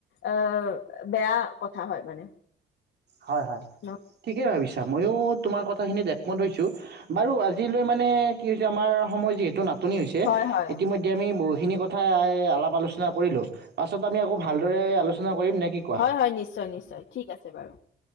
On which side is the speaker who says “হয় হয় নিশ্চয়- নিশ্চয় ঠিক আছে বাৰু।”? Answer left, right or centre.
Left